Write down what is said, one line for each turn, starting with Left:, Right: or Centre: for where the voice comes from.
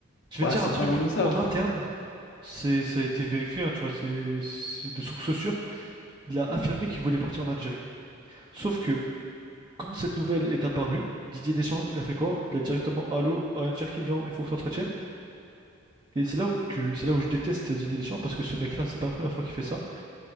Right: je vais
Left: bah
Right: te dire
Left: c'est
Right: un truc,
Left: pas vraiment ça.
Right: en interne, c'est, ça a été vérifié, hein, tu vois, c'est c'est de sources sûres, il a affirmé qu'il voulait partir en Algérie. Sauf que Quand cette nouvelle est apparue, Didier Deschamps, il a fait quoi? Il a directement Allô, Ryan Cherki, viens, il faut que tu t'entretiennes. Et c'est là où que c'est là où je déteste Didier Deschamps parce que ce mec-là, c'est pas la première fois qu'il fait ça.